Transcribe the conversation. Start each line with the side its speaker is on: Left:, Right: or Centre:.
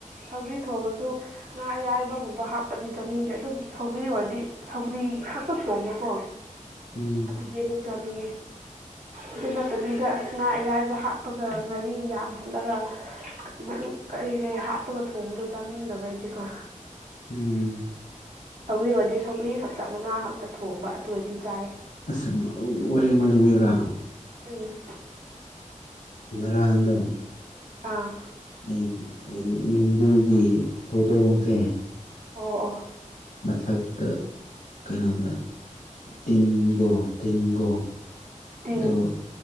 Right: ꯁꯧꯒ꯭ꯔꯤ ꯊꯣꯡꯉꯁꯨ ꯉꯥ ꯑꯌꯥꯏꯕꯒꯨꯝꯕ ꯍꯥꯞꯄꯗꯤ ꯆꯥꯅꯤꯡꯗꯦ ꯑꯗꯨꯝ ꯁꯧ ꯁꯧꯒ꯭ꯔꯤ ꯑꯣꯏꯔꯗꯤ ꯁꯧꯒ꯭ꯔꯤ ꯈꯛꯇ ꯊꯣꯡꯕꯀꯣ
Left: ꯎꯝ
Right: ꯑꯗꯨꯗꯤ ꯑꯃꯨꯛ ꯆꯅꯤ ꯑꯗꯨ ꯅꯠꯇꯕꯤꯗ ꯑꯁ ꯉꯥ ꯑꯌꯥꯥꯏꯕ ꯍꯥꯞꯄꯒ ꯉꯥꯔꯤ ꯌꯥꯝꯍꯜꯂꯒ ꯃꯔ ꯀꯩ ꯀꯩ ꯍꯥꯞꯄꯒ ꯊꯣꯡꯗꯣ ꯆꯥꯅꯤꯡꯗꯕ ꯍꯥꯏꯗꯤꯀꯣ
Left: ꯎꯝ
Right: ꯁꯧꯒ꯭ꯔꯤ ꯑꯣꯏꯔꯗꯤ ꯁꯧꯒꯔꯤ ꯈꯛꯇ ꯃꯅꯥ ꯈꯛꯇ ꯊꯣꯡꯕ ꯑꯗꯨ ꯑꯣꯏꯔꯗꯤ ꯆꯥꯏ
Left: ꯑ ꯋꯥꯔꯤ ꯑꯃ ꯂꯩꯕꯤꯌꯔꯥ
Right: ꯎꯝ
Left: ꯉꯔꯥꯡꯒ
Right: ꯑꯥ
Left: ꯑꯩꯒꯤ ꯌꯨꯝꯗꯨꯒꯤ ꯍꯧꯗꯣꯡꯁꯦ
Right: ꯑꯣ ꯑꯣ
Left: ꯃꯆꯥꯥꯛꯗ ꯀꯩꯅꯣꯗ ꯇꯤꯟꯒꯣ ꯇꯤꯟꯒꯣ
Right: ꯑꯗꯨꯤꯟ
Left: ꯑꯗꯣ